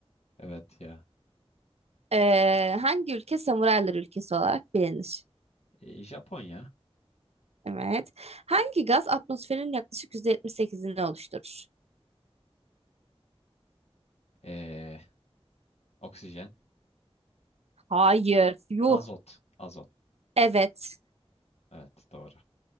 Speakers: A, on the left; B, on the right.
A: Evet ya.
B: Ee, hangi ülke samuraylar ülkesi olarak bilinir?
A: Ee, Japonya.
B: Evet. Hangi gaz atmosferin yaklaşık yüzde yetmiş sekizini oluşturur?
A: Ee, oksijen.
B: Hayır. Yuh.
A: Azot. Azot.
B: Evet.
A: Evet doğru.